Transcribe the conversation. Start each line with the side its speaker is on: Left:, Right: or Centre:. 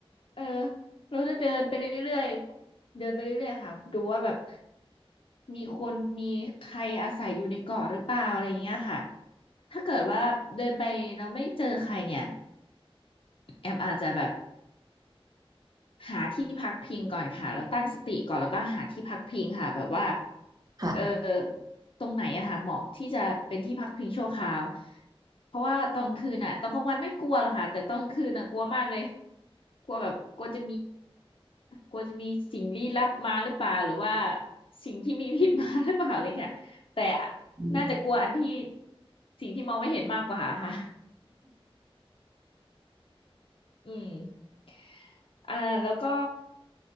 Left: เออเราจะเดินไปเรื่อยๆเดินไปเรื่อยๆค่ะดูว่าแบบมีคนมีใครอาศัยอยู่ในเกาะหรือเปล่าอะไรเงี้ยค่ะถ้าเกิดว่าเดินไปเราไม่เจอใครเนี่ยแอมอาจจะแบบ หาที่พักพิงก่อนค่ะแล้วตั้งสติก่อนแล้วก็หาที่พักพิงค่ะแบบว่า
Right: ค่ะ
Left: เออตรงไหนอะค่ะเหมาะที่จะเป็นที่พักพิงชั่วคราวเพราะว่าตอนคืนอะตอนกลางวันไม่กลัวหรอกค่ะแต่ตอนคืนอะกลัวมากเลยกลัวแบบกลัวจะมีกลัวจะมีสิ่งลี้ลับมาหรือเปล่าหรือว่าสิ่งที่มีพิษมาหรือเปล่าอะไรเงี้ยแต่
Right: อืม
Left: น่าจะกลัวอันที่สิ่งที่มองไม่เห็นมากกว่าค่ะอืมอ่าแล้วก็